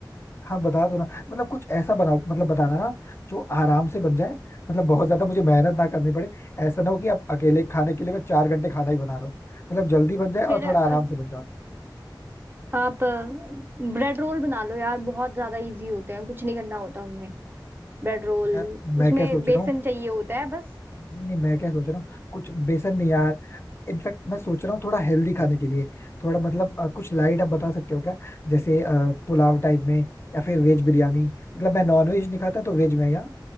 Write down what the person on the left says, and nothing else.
हाँ बता दो ना मतलब कुछ ऐसा बनाओ मतलब बताना ना जो आराम से बन जाए मतलब बहुत ज्यादा मुझे मेहनत ना करनी पड़े ऐसा ना हो कि अब अकेले खाने के लिए मैं चार घंटे खाना ही बना रहा हूँ मतलब जल्दी बन जाए और
थोड़ा
आराम से बन जाए
यार मैं
क्या सोच
रहा हूँ
नहीं नहीं मैं क्या सोच रहा हूँ कुछ बेसन नहीं यार इनफैक्ट मैं सोच रहा हूँ थोड़ा हेल्दी खाने के लिए थोड़ा मतलब अ, कुछ लाइट आप बता सकते हो क्या जैसे अ, पुलाव टाइप में या फिर वेज बिरयानी मतलब मैं नॉन वेज नहीं खाता तो वेज में या